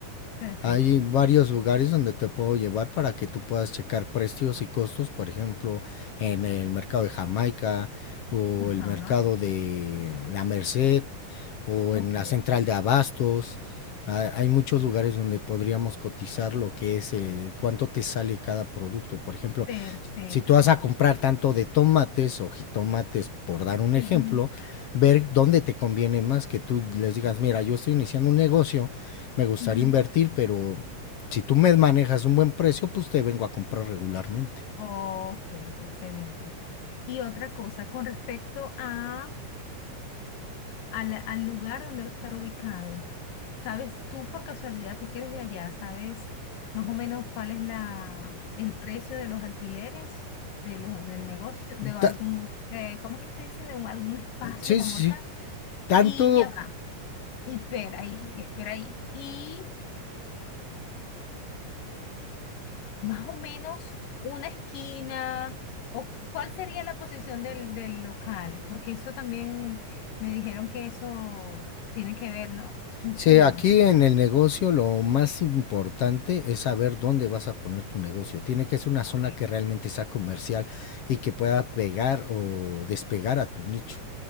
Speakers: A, on the left; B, on the left.
A: Perfecto.
B: Hay varios lugares donde te puedo llevar para que tú puedas checar precios y costos, por ejemplo, en el mercado de Jamaica o
A: Ajá.
B: el mercado de La Merced o
A: Ok.
B: en la central de abastos. Ha- Hay muchos lugares donde podríamos cotizar lo que es eh, cuánto te sale cada producto. Por ejemplo,
A: Perfecto.
B: si tú vas a comprar tanto de tomates o jitomates, por dar un ejemplo,
A: Ujú,
B: ver dónde te conviene más que tú les digas, mira, yo estoy iniciando un negocio, me gustaría
A: ujú.
B: invertir, pero si tú me manejas un buen precio, pues te vengo a comprar regularmente.
A: Ok, excelente. Y otra cosa, con respecto a, al, al lugar donde va a estar ubicado, ¿sabes tú por casualidad, tú que eres de allá, sabes más o menos cuál es la, el precio de los alquileres de los, del negocio, de algún,
B: Ta-
A: eh, ¿cómo es que se dice? De un, algún espacio
B: sí,
A: como
B: sí, sí.
A: tal.
B: Tanto,
A: Y ya va, y espera ahí, y espera ahí. Y Más o menos una esquina, o cuál sería la posición del, del local, porque eso también me dijeron que eso tiene que ver, ¿no? Influye
B: sí, aquí
A: mucho.
B: en el negocio lo más importante es saber dónde vas a poner tu negocio. Tiene que ser una zona
A: Ok,
B: que realmente sea comercial y que pueda pegar o despegar a tu nicho.